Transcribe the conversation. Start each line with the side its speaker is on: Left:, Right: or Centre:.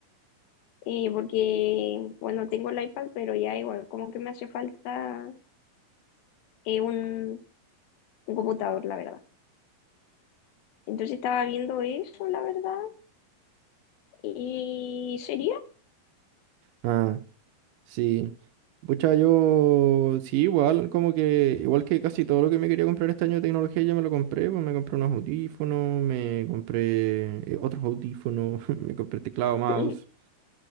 Left: eh, porque, bueno, tengo el iPad, pero ya igual, como que me hace falta eh, un, un computador, la verdad. Entonces estaba viendo eso, la verdad, y sería
Right: Ah. Sí. Pucha, yo sí, igual, como que, igual que casi todo lo que me quería comprar este año de tecnología ya me lo compré, pues me compré unos audífonos, me compré eh, otros audífonos, <laughs> me compré teclado, mouse.
Left: <laughs>